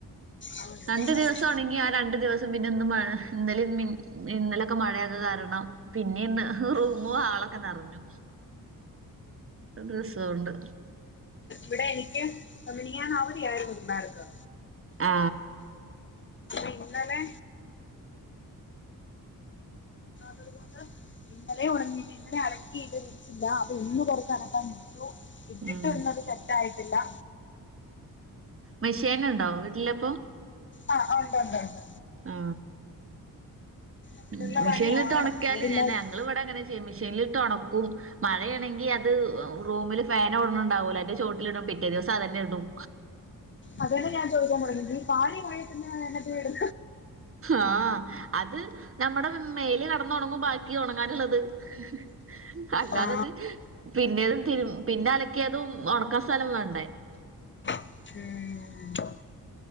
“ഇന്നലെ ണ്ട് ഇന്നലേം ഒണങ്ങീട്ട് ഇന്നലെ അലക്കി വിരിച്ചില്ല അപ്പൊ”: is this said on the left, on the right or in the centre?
Left